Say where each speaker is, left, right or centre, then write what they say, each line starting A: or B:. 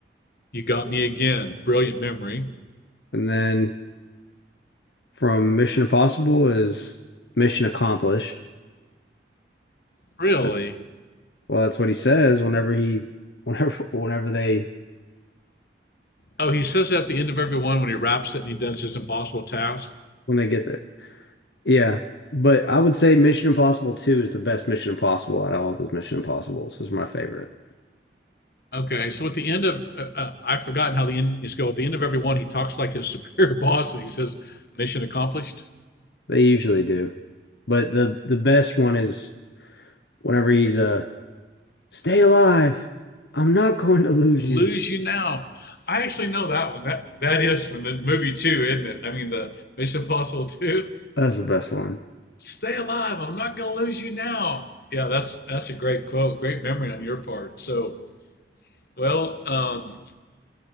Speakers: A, on the left; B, on the left.
A: You got me again. Brilliant memory.
B: and then from Mission Impossible is Mission Accomplished.
A: Really?
B: That's Well, that's what he says whenever he, whenever, <laughs> whenever they,
A: Oh, he says that at the end of every one when he wraps it and he does his impossible task.
B: when they get there. Yeah. But I would say Mission Impossible 2 is the best Mission Impossible out of all those Mission Impossibles. Is my favorite.
A: Okay, so at the end of, uh, uh, I've forgotten how the endings go. At the end of every one, he talks like his <laughs> superior boss and he says, "Mission accomplished."
B: They usually do. But the the best one is whenever he's uh stay alive. I'm not going to lose
A: Lose
B: you.
A: you now. I actually know that one. That that is from the movie two, isn't it? I mean, the Mission Impossible two.
B: That's the best one.
A: Stay alive. I'm not gonna lose you now. Yeah, that's that's a great quote. Great memory on your part. So, well, um,